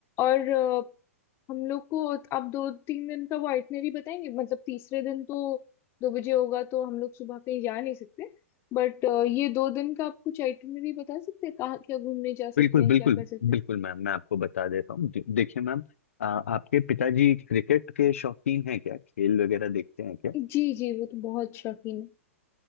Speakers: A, on the left; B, on the left.
A: और अ, हम लोग को आप दो तीन दिन का वो आइटनरी बताएंगे मतलब तीसरे दिन तो दो बजे होगा तो हम लोग सुबह कहीं जा नहीं सकते बट ये दो दिन का आप कुछ आइटनरी बता सकते हैं कहाँ क्या घूमने जा सकते
B: बिल्कुल
A: हैं
B: बिल्कुल
A: क्या कर सकते
B: बिल्कुल मैम मैं आपको बता देता हूँ दे- देखिए मैम आ, आपके पिताजी क्रिकेट के शौकीन हैं क्या खेल वगैरह देखते हैं क्या
A: हैं जी जी वो तो बहुत शौकीन है